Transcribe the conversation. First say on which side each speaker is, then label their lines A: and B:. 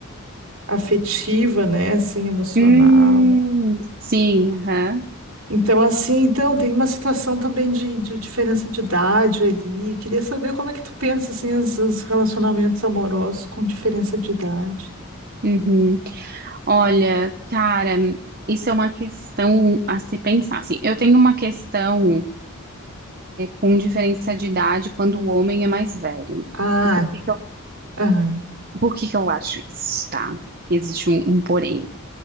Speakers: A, on the right; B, on the right.
A: afetiva, né, assim, emocional.
B: Hum, sim, aham.
A: Então, assim, então, tem uma situação também de, de diferença de idade ali. Queria saber como é que tu pensa, assim, os, os relacionamentos amorosos com diferença de idade.
B: uhum. Olha, cara, isso é uma questão a se pensar. Assim, eu tenho uma questão com diferença de idade quando o homem é mais velho.
A: Ah,
B: E Por que que eu,
A: aham,
B: por que que eu acho isso, tá? Existe um, um porém.